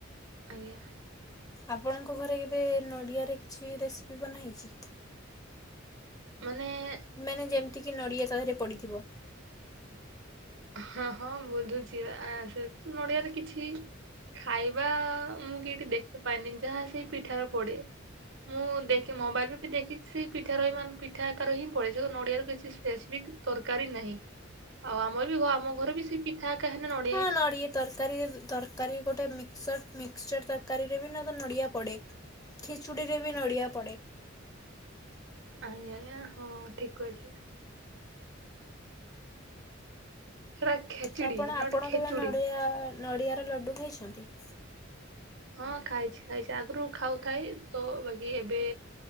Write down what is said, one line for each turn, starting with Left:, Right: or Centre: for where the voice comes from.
Right: ଆଜ୍ଞା।
Left: ଆପଣଙ୍କ ଘରେ କେବେ ନଡ଼ିଆରେ କିଛି ରେସିପି ବନାହେଇଛି?
Right: ମାନେ-ଏ-ଏ
Left: ମାନେ ଯେମିତିକି ନଡ଼ିଆ ତାଦେହେରେ ପଡ଼ିଥିବ।
Right: ହଁ ହଁ, ବୁଝୁଛି ପା ଆ ସେ ନଡିଆରେ କିଛି ଖାଇବା ମୁଁ କେଇଠି ଦେଖତେ ପାଇନି ଯାହା ସେଇ ପିଠାରେ ପଡେ। ମୁଁ ଦେଖି ମୋବାଇଲରେ ବି ଦେଖିଛି ପିଠା ରଇ ମାନେ ପିଠା ଆକାରେ ହିଁ ପଡେ ସେ ନଡ଼ିଆର କିଛି ସ୍ପେସିଫିକ୍ ତରକାରୀ ନାହିଁ, ଆଉ ଆମର ବି ଘ ଆମ ଘରେ ବି ସେ ପିଠ୍ <unintelligible>
Left: ହଁ ନଡ଼ିଆ ତରକାରୀ ତରକାରୀ ବି ଗୋଟେ ମି ସର୍ଟ ମିକ୍ସଚର ତରକାରୀରେ ବି ନ ତ ନଡ଼ିଆ ପଡ଼େ, ଖିଚୁଡ଼ିରେ ବି ନଡ଼ିଆ ପଡ଼େ।
Right: ଆଜ୍ଞା ଆଜ୍ଞା, ହଁ ଠିକ୍ କହିଲେ। ସେଟା ଖେଚିଡି
Left: ତ ଆପଣ,
Right: ନଟ
Left: ଆପଣ
Right: ଖେଚୁଡି
Left: କେବେ ନଡ଼ିଆ-ଆ ନଡ଼ିଆର ଲଡ଼ୁ ଖାଇଛନ୍ତି?
Right: ହଁ ଖାଇଛି ଖାଇଛି ଆଗରୁ ଖାଉଥାଇ ତ ବାକି ଏବେ